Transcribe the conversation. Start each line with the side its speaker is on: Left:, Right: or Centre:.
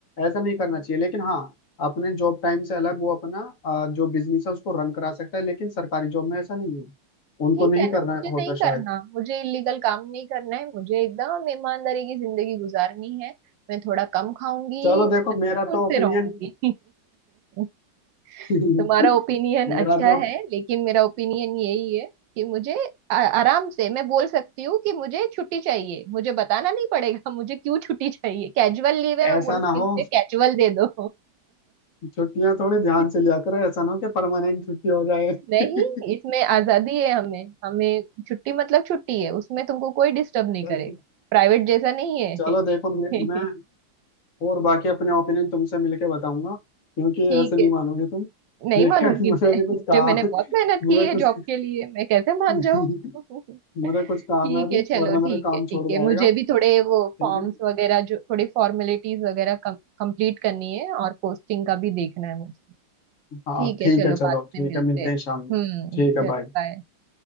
Left: ऐसा नहीं करना चाहिए लेकिन हाँ अपने जॉब टाइम से अलग वो अपना अ, जो बिजनेस है उसको रन करा सकता है लेकिन सरकारी जॉब में ऐसा नहीं है उनको
Right: ठीक
Left: नहीं
Right: है
Left: करना
Right: ना मुझे
Left: होता
Right: नहीं
Left: शायद
Right: करना मुझे इलीगल काम नहीं करना है मुझे एकदम ईमानदारी की जिंदगी गुजारनी है मैं थोड़ा कम खाऊंगी
Left: चलो देखो
Right: थोड़ा सुकून
Left: मेरा तो ओपिनियन
Right: से रहूंगी <laughs>
Left: <laughs>
Right: तुम्हारा ओपिनियन
Left: मेरा
Right: अच्छा
Left: जो
Right: है लेकिन मेरा ओपिनियन यही है कि मुझे आ- आराम से मैं बोल सकती हूँ कि मुझे छुट्टी चाहिए मुझे बताना नहीं पड़ेगा मुझे क्यों छुट्टी चाहिए कैजुअल लीव है मैं
Left: ऐसा
Right: बोलूंगी
Left: ना
Right: मुझे
Left: हो
Right: कैजुअल दे दो
Left: छुट्टियां थोड़ी ध्यान
Right: <laughs>
Left: से लिया करो ऐसा ना हो कि परमानेंट छुट्टी हो जाए
Right: नहीं
Left: <laughs>
Right: इसमें आजादी है हमें हमें छुट्टी मतलब छुट्टी है उसमें तुमको कोई डिस्टर्ब नहीं
Left: चलो
Right: करेगा प्राइवेट जैसा नहीं है
Left: चलो देखो मैं, मैं
Right: <laughs>
Left: और बाकी अपने ओपिनियन तुमसे मिलके बताऊंगा क्योंकि
Right: ठीक
Left: ऐसे नहीं
Right: है
Left: मानोगे तुम
Right: नहीं
Left: ठीक
Right: मानूंगी
Left: है मुझे
Right: मैं
Left: भी
Right: मुझे
Left: कुछ काम
Right: मैंने बहुत मेहनत
Left: मुझे
Right: की है
Left: कुछ
Right: जॉब के लिए मैं कैसे मान
Left: <laughs>
Right: जाऊँ <laughs>
Left: मुझे
Right: ठीक
Left: कुछ काम है अभी
Right: है चलो
Left: वरना
Right: ठीक
Left: मेरा काम
Right: है ठीक
Left: छोड़
Right: है
Left: जाएगा
Right: मुझे भी थोड़े वो
Left: ठीक
Right: फॉर्म्स
Left: है
Right: वगैरह जो थोड़ी फॉर्मेलिटीज वगैरह कम, कंप्लीट करनी है और पोस्टिंग का भी देखना है मुझे
Left: हाँ
Right: ठीक है
Left: ठीक
Right: चलो
Left: है चलो
Right: बाद
Left: ठीक
Right: में मिलते
Left: है मिलते
Right: हैं
Left: हैं शाम में
Right: हम्म
Left: ठीक
Right: चलो
Left: है बाय
Right: बाय